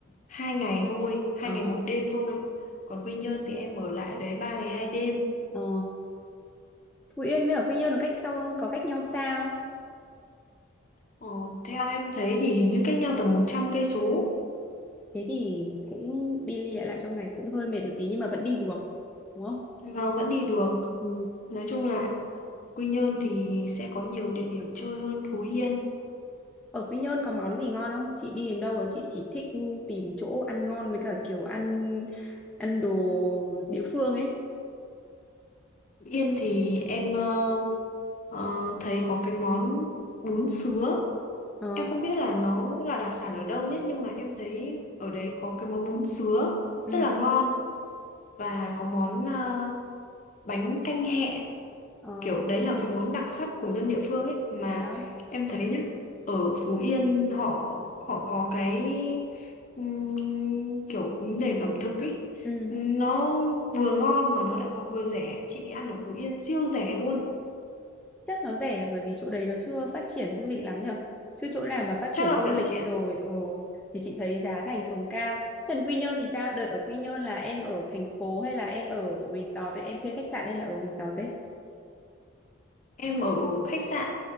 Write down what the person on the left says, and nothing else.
2 ngày thôi hai
ngày một đêm thôi còn Quy Nhơn thì em ở lại đấy ba ngày hai đêm
ờ, theo em thấy thì hình như cách nhau tầm một trăm cây số
vâng vẫn đi được
nói chung là Quy Nhơn thì sẽ có nhiều địa điểm chơi hơn Phú Yên
Phú Yên thì em ờ, ờ, thấy có cái món bún sứa
Em không biết là nó là đặc sản ở đâu nhé nhưng mà em thấy ở đấy có cái món bún sứa
rất là ngon và có món ờ, bánh canh hẹ
kiểu đấy là cái món đặc sắc của dân địa phương ấy mà
em thấy nhá ở Phú Yên họ họ có cái ừm, kiểu nền ẩm thực ấy
nó vừa ngon mà nó lại còn vừa rẻ chị đi ăn ở Phú Yên siêu rẻ luôn
chắc
là
vậy
chị
ạ
Em ở khách sạn